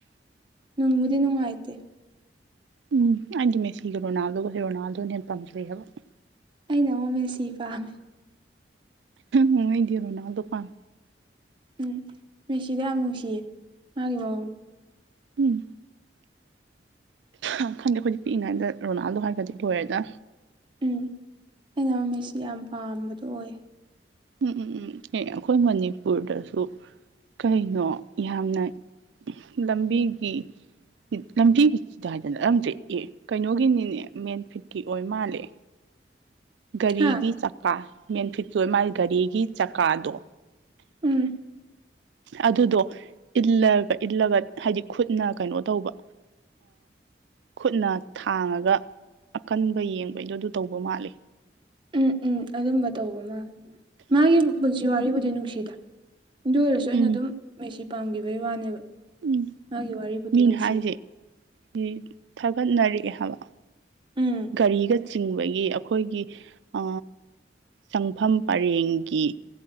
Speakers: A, on the right; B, on the right.
A: ꯅꯨꯡꯕꯨꯗꯤ ꯅꯨꯡꯉꯥꯏꯇꯦ
B: ꯎꯝ ꯑꯩꯗꯤ ꯃꯦꯁꯤꯒꯤ ꯔꯣꯅꯥꯜꯗꯣꯒ ꯖꯦ ꯔꯣꯅꯥꯜꯗꯣꯅ ꯍꯦꯟꯅ ꯄꯥꯝꯖꯩꯑꯕ
A: ꯑꯩꯅ ꯑꯃꯨꯛ ꯃꯦꯁꯤ ꯄꯥꯝꯃꯦ
B: ꯅꯉꯩꯗꯤꯔꯣ ꯅꯗ ꯐꯥꯟ
A: ꯎꯝ ꯃꯤꯁꯤꯗ ꯌꯥꯝ ꯅꯨꯡꯁꯤꯌꯦ ꯃꯥꯒꯤ ꯃꯡꯗ
B: ꯎꯝ ꯑ ꯈꯪꯗꯦ ꯑꯩꯈꯣꯏꯗꯤ ꯄꯤꯛꯏꯉꯩꯗ ꯔꯣꯅꯥꯜꯗꯣ ꯍꯥꯏꯔꯒꯗꯤ ꯂꯣꯏꯔꯦꯗ
A: ꯎꯝ ꯑꯩꯅ ꯃꯃꯤꯠꯁꯤ ꯌꯥꯝ ꯄꯥꯝꯕꯗꯣ ꯑꯣꯏꯌꯦ
B: ꯎꯝ ꯎꯝ ꯎꯝ ꯑꯦ ꯑꯩꯈꯣꯏ ꯃꯅꯤꯄꯨꯔꯗꯁꯨ ꯀꯩꯅꯣ ꯌꯥꯝꯅ ꯂꯝꯕꯤꯒꯤ ꯂꯝꯕꯤꯒꯤ ꯆꯤꯗꯥꯏꯗꯅ ꯅꯠꯂꯝꯗ꯭ꯔꯦ ꯑꯦ ꯀꯩꯅꯣꯒꯤꯅꯤꯅꯦ ꯃꯦꯟ ꯐꯤꯠꯀꯤ ꯑꯣꯏ ꯃꯥꯜꯂꯦ ꯒꯥꯔꯤꯒꯤ
A: ꯍꯥ
B: ꯆꯀꯥ ꯃꯦꯟꯐꯤꯇ ꯃꯥꯜꯂꯤ ꯒꯥꯔꯤꯒꯤ ꯆꯀꯥꯗꯣ
A: ꯎꯝ
B: ꯑꯗꯨꯗꯣ ꯏꯜꯂꯒ ꯏꯜꯂꯒ ꯍꯥꯏꯗꯤ ꯈꯨꯠꯅ ꯀꯩꯅꯣ ꯇꯧꯕ ꯈꯨꯠꯅ ꯊꯥꯡꯉꯒ ꯑꯀꯟꯕ ꯌꯦꯡꯕꯩꯗꯣ ꯑꯗꯨ ꯇꯧꯕ ꯃꯥꯜꯂꯤ
A: ꯎꯝ ꯎꯝ ꯑꯗꯨꯝꯕ ꯇꯧꯕ ꯃꯥꯜ ꯃꯥꯒꯤ ꯄꯨꯟꯁꯤ ꯋꯥꯔꯤꯕꯨꯗꯤ ꯅꯨꯡꯁꯤꯗ ꯑꯗꯨ ꯑꯣꯏꯔꯁꯨ ꯑꯩꯅ
B: ꯎꯝ
A: ꯑꯗꯨꯝ ꯃꯦꯁꯤ ꯄꯥꯝꯈꯤꯕꯒꯤ ꯋꯥꯅꯦꯕ
B: ꯎꯝ
A: ꯃꯥꯒꯤ ꯋꯥꯔꯤꯕꯨꯗꯤ
B: ꯃꯤꯅ
A: ꯅꯨꯡꯁꯤꯌꯦ
B: ꯍꯥꯏꯁꯦ ꯁꯤ ꯊꯥꯒꯠꯅꯔꯛꯑꯦ ꯍꯥꯏꯕ
A: ꯎꯝ
B: ꯒꯥꯔꯤꯒ ꯆꯤꯡꯕꯒꯤ ꯑꯩꯈꯣꯏꯒꯤ ꯑ ꯆꯪꯐꯝ ꯄꯔꯦꯡꯒꯤ